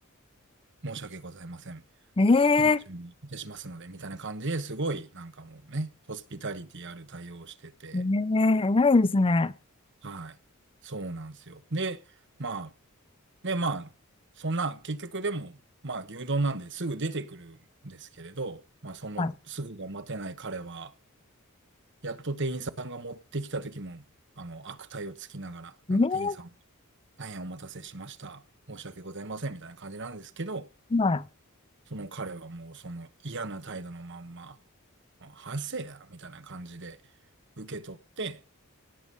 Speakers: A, on the right; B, on the left.
A: 申し訳ございません。
B: ええ
A: 今準備いたしますので、みたいな感じですごい、なんかもうね、ホスピタリティある対応をしてて、
B: ー、えー、ないですね。
A: はい。そうなんですよ。で、まあ、で、まあ、そんな、結局でも、まあ、牛丼なんですぐ出てくるんですけれど、まあ、そのすぐが待てない彼は、
B: は
A: やっと手ってきた時も、あの、悪態をつきながら、なんか店員さん、
B: い。ええ
A: 大変お待たせしました。申し訳ございません、みたいな感じなんですけど、
B: ー、はい、
A: その彼はもうその嫌な態度のまんま、はせや、みたいな感じで受け取って、